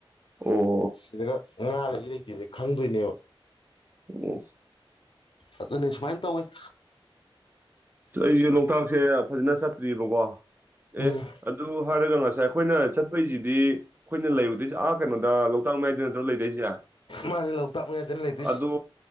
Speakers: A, on the right; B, on the left.
A: ꯑꯣ
B: ꯁꯤꯗꯒ ꯉꯥ ꯂꯩ ꯂꯩꯇꯦꯖꯦ ꯈꯪꯗꯣꯏꯅꯦꯕ
A: <unintelligible>
B: ꯑꯗꯨꯅꯦ ꯁꯨꯃꯥꯏꯅ ꯇꯧꯏ꯫ <unintelligible>
A: ꯑꯩꯖꯦ ꯂꯣꯛꯇꯥꯛꯁꯦ ꯐꯖꯅ ꯆꯠꯇ꯭ꯔꯤꯌꯦꯕꯀꯣ ꯑꯦ
B: ꯎꯝ
A: ꯑꯗꯨ ꯍꯥꯏꯔꯒ ꯉꯁꯥꯏ ꯑꯩꯈꯣꯏꯅ ꯆꯠꯄꯩꯖꯤ ꯁꯤꯗꯤ ꯑꯩꯈꯣꯏꯅ ꯂꯩꯔꯨꯗꯣꯏꯁꯦ ꯑꯥ ꯀꯩꯅꯣꯗ ꯂꯣꯛꯇꯥꯛ ꯃꯌꯥꯏꯗ ꯅꯠꯇ꯭ꯔ ꯂꯩꯗꯣꯏꯖꯦ
B: ꯃꯥꯅꯦ ꯂꯣꯛꯇꯥꯛ ꯃꯌꯥꯏꯗꯅ ꯂꯩꯗꯣꯏꯁꯦ
A: ꯑꯗꯣ